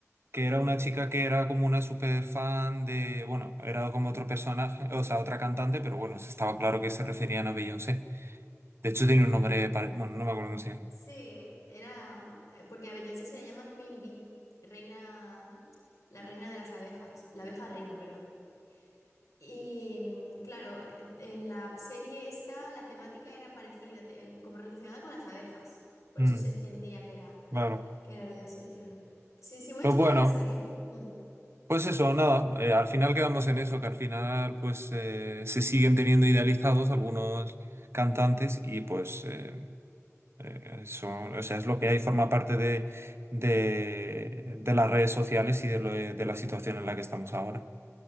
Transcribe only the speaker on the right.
Que
era una
chica que era como una super fan de... Bueno, era como otro personaje, o sea, otra cantante, pero bueno, se estaba claro que se referían a Beyoncé. De hecho, tiene un nombre... pare- Bueno, no me acuerdo cómo se llama.
Mm,
claro.
Pues
bueno.
Pues eso, nada, eh, al final quedamos en eso, que al final pues eh, se siguen teniendo idealizados algunos cantantes y pues eh, eh, eso, o sea, es lo que hay, forma parte de, de, de las redes sociales y de, lo- de la situación en la que estamos ahora,